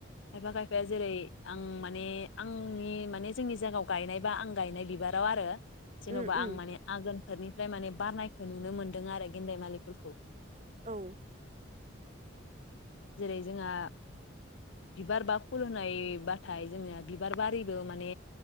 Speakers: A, on the left (about 70°); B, on the right (about 35°).
A: खायफा खायफाया जेरै आं माने आंनि माने जोंनि जायगायाव गायनाय बा आं गायनाय बिबाराव आरो जेनबा
B: उम उम
A: आं माने आगोन फोरनिफ्राय माने बारनायखौ नुनो मोन्दों आरो गेन्देमालिफोरखौ
B: औ
A: जेरै जोंहा बिबार बा फुल होननायबाथाय जोंनिया बिबार बारिबो माने